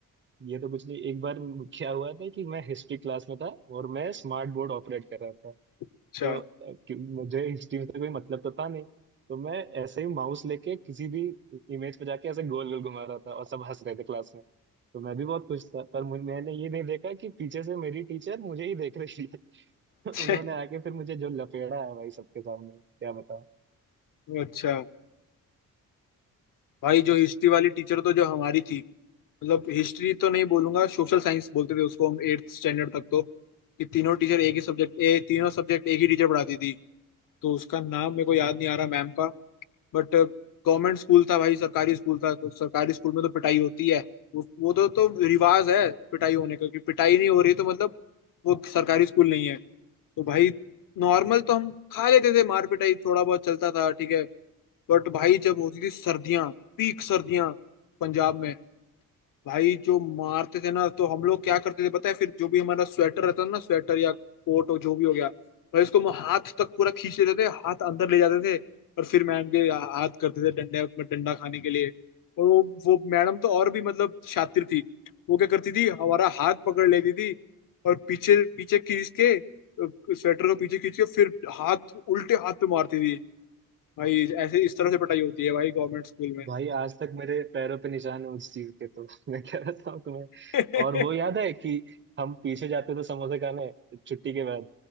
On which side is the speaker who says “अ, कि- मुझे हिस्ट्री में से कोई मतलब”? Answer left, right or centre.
Right